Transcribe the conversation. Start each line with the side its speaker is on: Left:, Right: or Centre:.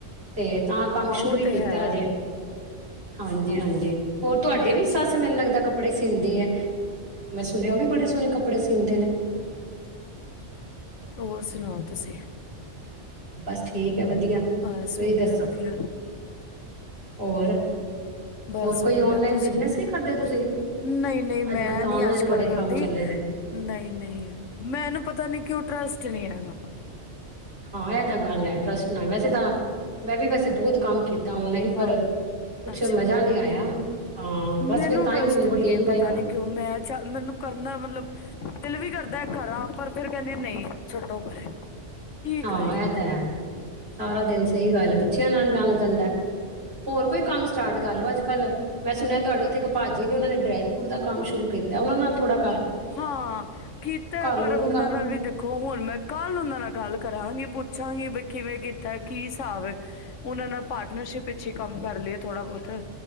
Right: ਤੇ ਤਾਂ ਕੰਮ
Left: ਹਾਂ ਉਹ
Right: ਸ਼ੁਰੂ ਹੀ
Left: ਤੇ
Right: ਕੀਤਾ
Left: ਹੈ
Right: ਹਜੇ ਹਾਂਜੀ
Left: ਹਾਂ
Right: ਹਾਂਜੀ ਹੋਰ ਤੁਹਾਡੇ
Left: ਨਹੀਂ
Right: ਵੀ
Left: ਅੱਛੀ
Right: ਸੱਸ
Left: ਗੱਲ
Right: ਮੈਨੂੰ ਲੱਗਦਾ ਕੱਪੜੇ ਸਿੰਦੀ ਹੈ ਮੈਂ ਸੁਣਿਆ ਉਹ ਵੀ ਬੜੇ ਸੋਹਣੇ ਕੱਪੜੇ ਕੱਪੜੇ ਸੀਂਦੇ ਨੇ
Left: ਹੋਰ ਸੁਣਾਓ ਤੁਸੀਂ
Right: ਬਸ ਠੀਕ ਵਧੀਆ ਤੁਸੀਂ
Left: ਬਸ ਵਧੀਆ
Right: ਦੱਸੋ
Left: ਵਧੀਆ
Right: ਹੋਰ
Left: ਬਸ
Right: ਹੋਰ ਕੋਈ
Left: ਵਧੀਆ
Right: ਔਨਲਾਈਨ
Left: ਤੁਸੀਂ,
Right: ਬਿਜਨਸ ਨਹੀਂ ਕਰਦੇ ਤੁਸੀਂ?
Left: ਨਹੀਂ ਨਹੀਂ ਮੈਂ
Right: ਅੱਜ-ਕੱਲ੍ਹ ਤਾਂ
Left: ਨੀ
Right: ਔਨਲਾਈਨ
Left: ਅੱਜ ਕੱਲ
Right: ਬੜੇ
Left: ਕਰਦੀ,
Right: ਕੰਮ ਚੱਲੇ ਨੇ।
Left: ਨਹੀਂ ਨਹੀਂ, ਮੈਨੂੰ ਪਤਾ ਨੀ ਕਿਉਂ ਟਰਸਟ ਪ੍ਰਚਨ <inaudible>
Right: ਹਾਂ ਇਹ ਤਾਂ ਗੱਲ ਹੈ ਟਰੱਸ ਵੈਸੇ ਤਾਂ ਮੈਂ ਵੀ ਵੈਸੇ ਬਹੁਤ ਕੰਮ ਕੀਤਾ ਔਨਲਾਈਨ ਪਰ
Left: ਹਾਂ
Right: ਕੁਛ
Left: ਅੱਛਾ
Right: ਮਜ਼ਾ ਨਹੀਂ ਆਇਆ। ਹਾਂ ਬਸ
Left: ਮੈਨੂੰ
Right: ਫਿਰ ਤਾਂ
Left: ਟਰਸਟ
Right: ਹੀ ਹੁਣ ਬੁਟੀਕ
Left: ਨੀ ਹੈ
Right: ਦਾ
Left: ਪਤਾ
Right: ਹੀ ਕੰਮ
Left: ਨੀ ਕਿਉਂ ਮੈਂ ਮੈਨੂੰ ਕਰਨਾ ਮਤਲਬ ਦਿਲ ਵੀ ਕਰ ਮੈ ਕਰਾਂ ਪਰ ਫਿਰ ਕਹਿੰਦੀ ਨਹੀਂ ਛੱਡੋ ਪਰੇ ਕੀ
Right: ਹਾਂ
Left: ਕਰੀਏ
Right: ਇਹ ਤਾਂ ਹੈ, ਸਾਰਾ ਦਿਨ ਚ ਸਹੀ ਗੱਲ ਬ ਬੱਚਿਆਂ ਨਾਲ ਲੰਘ ਜਾਂਦਾ ਐ, ਹੋਰ ਕੋਈ ਕੰਮ ਸਟਾਰਟ ਕਰ ਲਓ ਅੱਜ ਅੱਜ ਕੱਲ ਮੈਂ ਸੁਣਿਆ ਤੁਹਾਡੇ ਉੱਥੇ ਇੱਕ ਭਾਜੀ ਨੇ ਉਹਨਾਂ ਨੇ ਡਰਾਈ ਫਰੂਟ ਦਾ ਕੰਮ ਸ਼ੁਰੂ ਕੀਤਾ ਉਹਨਾਂ ਨਾਲ ਥੋੜ੍ਹਾ
Left: ਹਾਂ ਕੀਤਾ ਐ
Right: ਲਓ
Left: ਪਰ
Right: ਉਹ
Left: ਉਹਨਾਂ
Right: ਵੀ ਕੰਮ
Left: ਨਾਲ ਵੀ ਦੇਖੋ ਹੁਣ ਮੈਂ ਕੱਲ ਉਹਨਾਂ ਨਾਲ ਗੱਲ ਕਰਾਂਗੀ ਪੁੱਛਾਂਗੀ ਬਈ ਕਿਵੇਂ ਕੀਤਾ ਕੀ ਹਿਸਾਬ ਉਹਨਾਂ ਨਾਲ ਪਾਰਟਨਰਸ਼ਿਪ ਪਿੱਛੇ ਕੰਮ ਕਰ ਲਏ ਥੋੜਾ ਬਹੁਤ